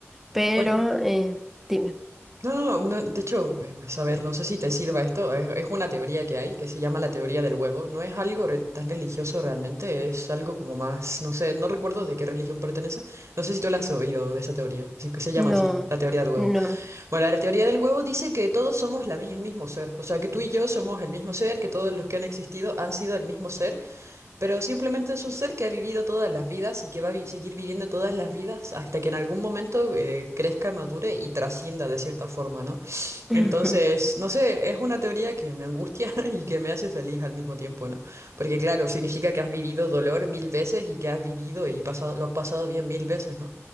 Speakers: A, in the centre; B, on the right.
A: pero
B: Oye.
A: eh, dime,
B: No, no, no, de hecho, eh, pues, a ver, no sé si te sirva esto, es, es una teoría que hay que se llama la teoría del huevo, no es algo rel- tan religioso realmente, es algo como más, no sé, no recuerdo de qué religión pertenece, no sé si tú la has oído de esa teoría, así que se llama
A: no,
B: así, la teoría del huevo.
A: no.
B: Bueno, la teoría del huevo dice que todos somos la, mi- el mismo ser, o sea, que tú y yo somos el mismo ser, que todos los que han existido han sido el mismo ser, pero simplemente es un ser que ha vivido todas las vidas y que va a vi- seguir viviendo todas las vidas hasta que en algún momento eh, crezca, madure y trascienda de cierta forma, ¿no?
A: <laughs>
B: Entonces, no sé, es una teoría que me angustia <laughs> y que me hace feliz al mismo tiempo, ¿no? Porque claro, significa que has vivido dolor mil veces y que has vivido y pasado, lo has pasado bien mil veces, ¿no?